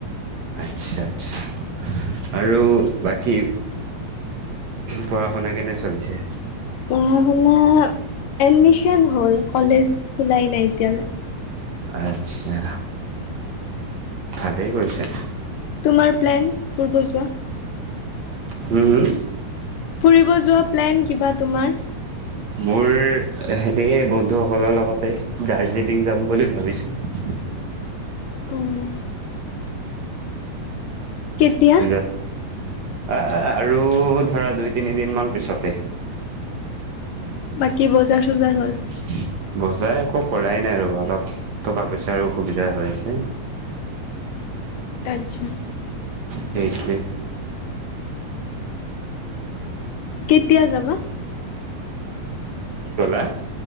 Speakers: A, on the right; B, on the left.
A: আচ্ছা, আচ্ছা আৰু বাকী পঢ়া শুনা কেনে চলিছে?
B: পঢ়া শুনা এডমিশন হ'ল কলেজ খোলাই নাই এতিয়ালৈ।
A: আচ্ছা ভালেই কৰিছে।
B: তোমাৰ প্লেন ফুৰিব যোৱা?
A: হম হু?
B: ফুৰিব যোৱা প্লেন কিবা তোমাৰ?
A: মোৰ সেই বন্ধুসকলৰ লগতে দাৰ্জিলিং যাম বুলি ভাবিছো।
B: অ'। কেতিয়া?
A: যাত আহ আৰু ধৰা দুই তিনিদিন মান পিছতে।
B: বাকী বজাৰ চজাৰ হ'ল?
A: <inaudible> বজাই একো কৰাই নাই ৰ'বা অলপ টকা পইচাৰো অসুবিধা হৈ আছে। <inaudible>
B: আচ্ছা।
A: সেইটোৱে।
B: কেতিয়া যাবা?
A: কি কলা?